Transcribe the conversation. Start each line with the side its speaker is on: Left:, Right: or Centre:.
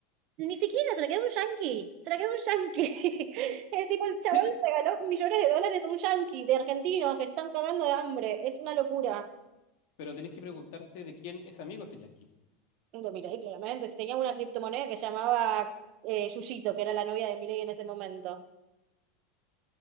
Right: Ni siquiera, se la quedó un yanqui, se la quedó un yanqui. <laughs> Es tipo, el chaval
Left: Sí,
Right: le regaló millones de dólares a un yanqui de argentinos que están cagando de hambre. Es una locura.
Left: pero tenés que preguntarte de quién es amigo ese yanqui.
Right: No te miré, claramente. Si tenía una criptomoneda que llamaba eh, Yuyito, que era la novia de Milei en ese momento.